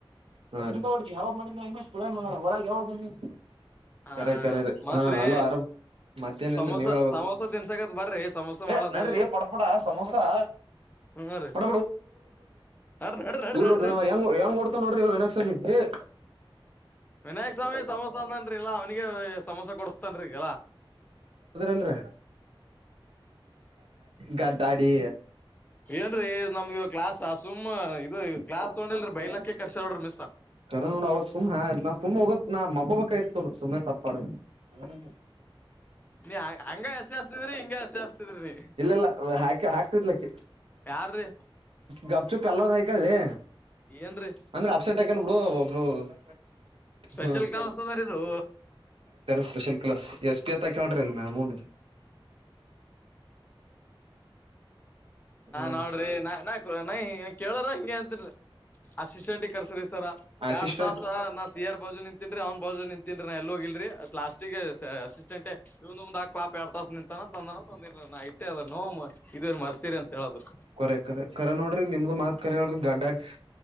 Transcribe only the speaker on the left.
ಹ
ಮತ್ರಿ
ಸಮೋಸ
ಸಮೋಸ ತಿನ್ಸಕತ್ ಬರ್ರಿ ಸಮೋಸ
ಮಾಡತಾರಲಿ
ಹ್ಮ ರೀ
ನಡ್ರಿ ನಡ್ರಿ ನಡ್ರಿ ನಡ್ರಿ
ವಿನಾಯಕ್ ಸ್ವಾಮಿ ಸಮೋಸ ಅದನ್ರಿ ಇಲ್ಲಾ ಅವ್ನಿಗೆ ಸಮೋಸ ಕೊಡಸ್ತನ್ೀಗಲ್ಲ
ಏನ್ರೀ ನಮ್ಗ ಕ್ಲಾಸ್ ಸುಮ್ ಇದು ಕ್ಲಾಸ್
ತೊಗೊಂಡಿಲ್ರಿ ಬೈಲಕ್ಕೆ
ಕರ್ಸೋಡ್ರಿ ಮಿಸ್
ನೀ ಹಂಗ ಹಸಿ ಹಸ್ತಿದ್ರಿ ಹಿಂಗ ಹಸಿ ಹಸ್ತಿದ್ರಿ ನೀ
ಯಾರೀ
ಏನ್ರೀ
ಸ್ಪೆಷಲ್ ಕಲಸದಾರ ಇದು
ನೋಡ್ರಿ ನಾ ನಯ ಕೇಳೋರ ಹಂಗೆ ಅಂತನ್ರಿ ಅಸಿಸ್ಟೆಂಟ್ಿ ಕರ್ಸ್ರಿ ಸರ
ಎರಡ್ ತಾಸ ನಾ ಸಿ ಆರ್ ಬಜುನ್ ತಿನ್ರಿ ಅವ್ನ್ ಬ ನಿಂತನ್ಿ ನ ಎಲ್ಲ ಹೋಗಿಲ್ರಿ ಲಸ್ ಿಗೆ ಅಸಿಸ್ಟೆಂಟ್ ಒ ಒಂದ ಪಪಾತ ನಿಂತಾನ ತಂದನ ತಂದಿ ನ ಇಐೆ ಅದ್ರನು ಇದ ಮರ್ಸೀರಿ ಅಂತ ಹೇಳದ್ರು